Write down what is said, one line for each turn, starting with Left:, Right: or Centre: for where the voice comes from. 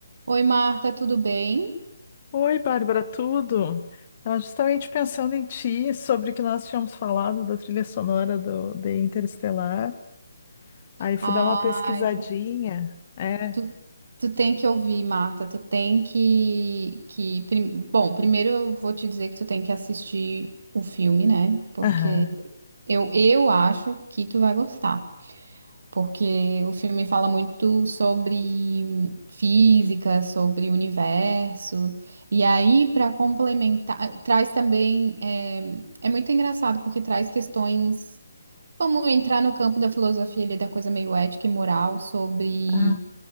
Right: Oi, Marta, tudo bem?
Left: Oi, Bárbara, tudo? Estava justamente pensando em ti, sobre o que nós tínhamos falado da trilha sonora do, de Interestelar. Aí fui
Right: Ai,
Left: dar uma pesquisadinha. É.
Right: tu, tu tem que ouvir, Marta, tu tem que, que... prim- Bom, primeiro eu vou te dizer que tu tem que assistir o filme, né? Porque
Left: Aham.
Right: eu, eu acho que tu vai gostar. Porque o filme fala muito sobre física, sobre o universo. E aí, para complementar, traz também... É, é muito engraçado porque traz questões Vamos entrar no campo da filosofia ali, da coisa meio ética e moral, sobre
Left: Ah,